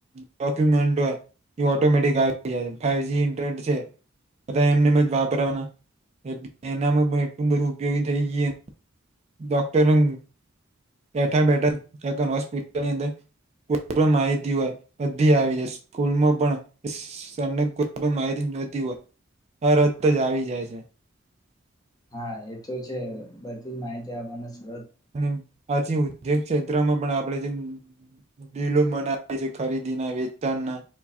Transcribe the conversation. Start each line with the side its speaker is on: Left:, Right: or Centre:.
Right: ડોક્યુમેન્ટ હોય એ ઓટોમેટિક આવી જાય ફાઈવ જી ઇન્ટરનેટ છે બધા એમને વાપરવાના એનામાં પણ એટલું બધું ઉપયોગી થઈ ગઈ ડૉક્ટર ને બેઠા બેઠા હોસ્પિટલની અંદર કોઈ પણ માહિતી હોય બધી આવી જાય સ્કૂલમાં પણ સર ને કોઈ પણ માહિતી જોયતી હોય આ તરત જ આવી જાય છે
Left: હા એ તો છે બધી જ માહિતી આપને શુ
Right: અને પાછી ઉદ્યોગ છે માં પણ આપણે બિલલો બનાવી છે ખરીદીના વેચાણ ના